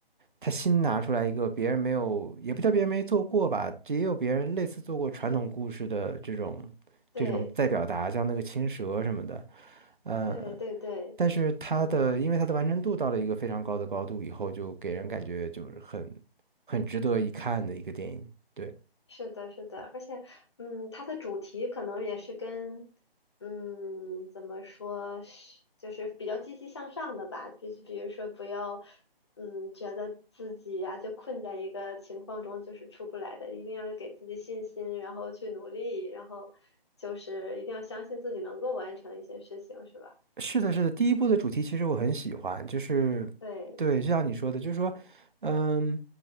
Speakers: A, on the right (about 55°); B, on the left (about 25°).
A: 他新拿出来一个别人没有，也不叫别人没做过吧，也有别人类似做过传统故事的这种
B: 对
A: 这种再表达，像那个青蛇什么的。呃，
B: 对对对，
A: 但是它的，因为它的完成度到了一个非常高的高度以后，就给人感觉就是很很值得一看的一个电影。对。
B: 是的，是的，而且，嗯，它的主题可能也是跟，嗯，怎么说，是就是比较积极向上的吧，就是比如说不要，嗯，觉得自己呀、就困在一个情况中就是出不来的，一定要给自己信心，然后去努力，然后就是一定要相信自己能够完成一些事情，是吧？
A: 是的，
B: 嗯，
A: 是的，第一部的主题其实我很喜欢，就是，
B: 对
A: 对，就像你说的，就是说，嗯，